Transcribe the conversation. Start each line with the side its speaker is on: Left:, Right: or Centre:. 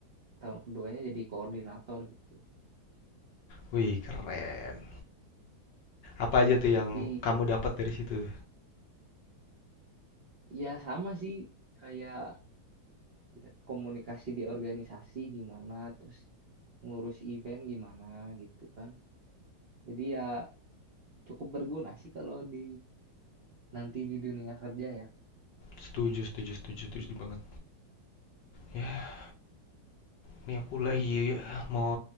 Right: tahun keduanya jadi koordinator gitu.
Left: Wih, keren. Apa
Right: Iya,
Left: aja tuh yang
Right: tapi
Left: kamu dapat dari situ?
Right: ya sama sih kayak ya, komunikasi di organisasi gimana, terus ngurus event gimana gitu kan. Jadi ya cukup berguna sih kalau di nanti di dunia kerja ya.
Left: Setuju, setuju, setuju, setuju banget. Ya, ini aku lagi eh, mau